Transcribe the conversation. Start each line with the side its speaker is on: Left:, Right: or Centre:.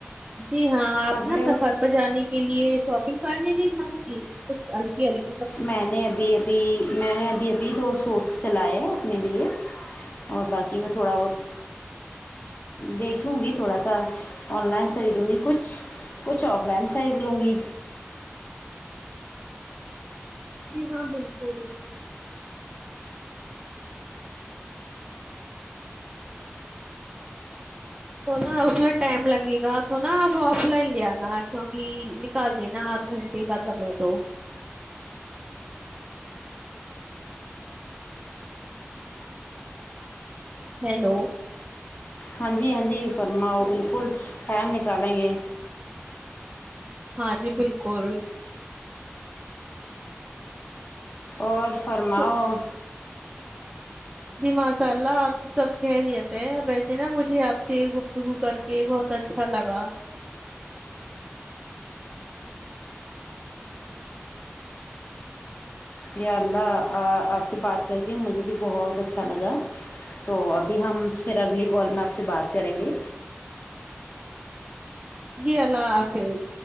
Right: جی ہاں آپ
Left: کپڑے
Right: نا سفر پے جانے کے لیے شاپنگ کرنے نہیں جانتی کچھ ہلکی ہلکی
Left: میں نے ابھی ابھی میں نے ابھی ابھی دو سوٹ سلائے اپنے لیے اور باکی میں تھوڑا بہت دیکھ لوں گی تھوڑا سا آن لائن خریدوں گی کچھ کچھ آف لائن خرید لوں گی
Right: <unintelligible> جی ہاں بالکل <inaudible> تو نا اس میں ٹائم لگے گا تو نا آپ آف لائن لے آنا کیونکی نکال لینا آدھ گھنٹ ڑے کا سمے تو ہیلو
Left: ہاں جی ہاں جی فرماؤ بالکل ٹائم نکالیں گے
Right: ہاں جی بالکل
Left: اور فرماؤ
Right: جی جی ماساللہ سب خیریت ہیں ویسے نا مجھے آپ سے گفتگو کر کے بہت اچھا لگا
Left: یا اللہ آ آپ سے بات کر کے مجھے بھی بہت اچھا لگا تو ابھی ہم فیر اگلی کال میں آپ سے بات کریں گے
Right: جی اللہ حافظ